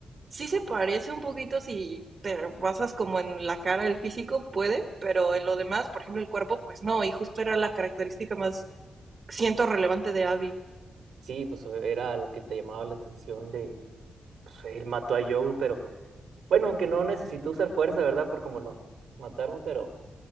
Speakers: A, on the right; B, on the right.
A: Sí se parece un poquito si te basas como en la cara, el físico puede, pero en lo demás, por ejemplo, el cuerpo, pues no, y justo era la característica más, siento, relevante de Abby.
B: Sí, pues era lo que te llamaba la atención de, pues él mató a Joel, pero bueno, aunque no necesitó usar fuerza, ¿verdad? Por como lo mataron, pero